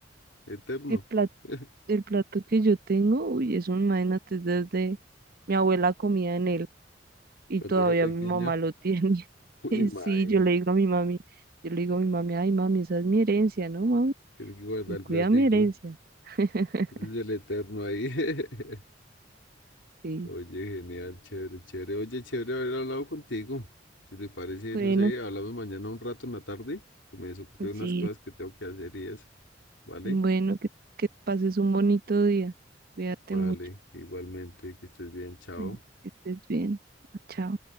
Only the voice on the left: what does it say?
eterno.
<laughs>
Cuando
era pequeña,
uy,
imagínate,
tiene que guardar
el
platico.
Ese es el eterno ahí. <laughs>
Oye, genial, chévere, chévere. Oye, chévere haber hablado contigo. Si te parece,
no sé, hablamos mañana un rato en la tarde. que Me desocupé de
unas cosas que tengo que hacer y eso. ¿Vale?
Vale,
igualmente, que estés bien, chao.